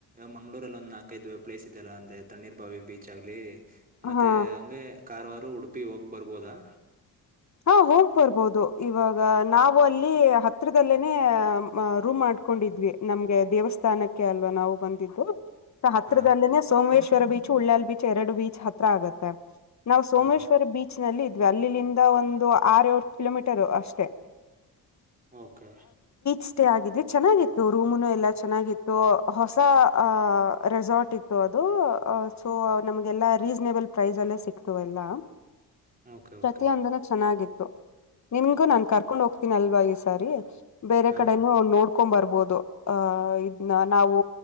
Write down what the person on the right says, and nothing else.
ಮಂಗ್ಳೂರಲ್ ಒಂದ್ ನಾಲ್ಕೈದ್ ಪ್ಲೇಸ್ ಇದೆಲ್ಲ ಅಂದ್ರೆ ತಣ್ಣೀರ್ ಬಾವಿ ಬೀಚ್ ಆಗ್ಲಿ ಮತ್ತೆ
ಹಂಗೆ ಕಾರ್ವಾರ್, ಉಡುಪಿ ಹೋಗ್ ಬರ್ಬೋದಾ
ಹಾ
ಹಾ ಹಾ
ಓಕೆ
ಓಕೆ ಓಕೆ
ಹಾ